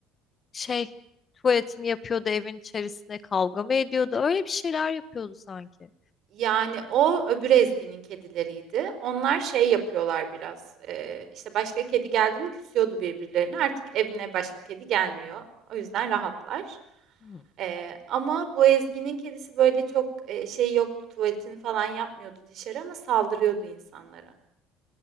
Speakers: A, on the left; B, on the right.
A: şey tuvaletini yapıyordu evin içerisinde kavga mı ediyordu? Öyle bir şeyler yapıyordu sanki.
B: Yani o öbür Ezgi'nin kedileriydi. Onlar şey yapıyorlar biraz. e, işte başka kedi geldi mi küsüyordu birbirlerine. Artık evine başka kedi gelmiyor. O yüzden rahatlar.
A: Hmm.
B: E, ama bu Ezgi'nin kedisi böyle çok e, şey yoktu. Tuvaletini falan yapmıyordu dışarı ama saldırıyordu insanlara.